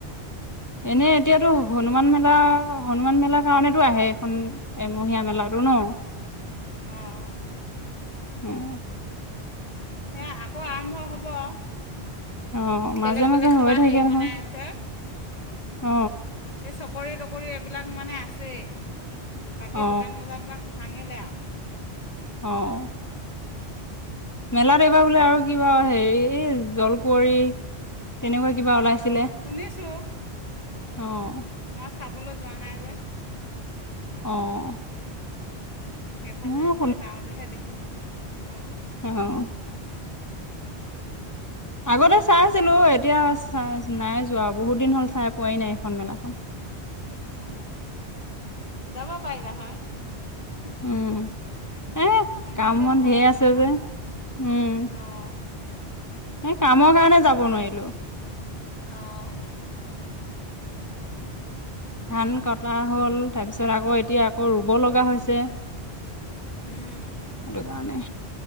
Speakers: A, on the left; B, on the left.
A: এনেই এতিয়াতো হনুমান মেলা হনুমান মেলাৰ কাৰণেতো আহে এইখন এমহীয়া মেলাটো ন।
B: অঁ',
A: উম',
B: সেয়া আকৌ আৰম্ভ হ'ব।
A: অ মাজে
B: বেলেগ-বেলেগ
A: মাজে
B: কিবা
A: হৈ থাকে
B: হেৰি
A: নহয়
B: বনাই আছে,
A: অ
B: এই চকৰি-তকৰি এইবিলাক মানে আছেই। বাকী
A: অ
B: দোকান বজাৰ বিলাক ভাঙিলে আৰু।
A: অ', মেলাত এইবাৰ বোলে আৰু কিবা হেৰি এই জলকুঁৱৰী তেনেকুৱা কিবা ওলাইছিলে।
B: অঁ শুনিছোঁ
A: অ',
B: মই চাবলৈ যোৱা নাই যে।
A: অ',
B: সেইফালেদি
A: মই
B: যাওঁতেহে দেখিছো। অ',
A: অহ', আগতে চাই আছিলো এতিয়া নাই যোৱা বহুত দিন হ'ল চাই পোৱাই নাই এইখন মেলাখন।
B: অঁ যাব পাৰিলা হয়।
A: উম
B: <inaudible>
A: এ
B: ইমান
A: কাম
B: দিন
A: বন
B: হৈ
A: ধেই আছে
B: গ'ল আৰু
A: যে উম।
B: অঁ
A: এই কামৰ কাৰণে যাব নোৱাৰিলোঁ।
B: অঁ',
A: ধান কটা হ'ল তাৰপিছত আকৌ এতিয়া আকৌ ৰুব লগা হৈছে। সেইটো
B: উম,
A: কাৰণে।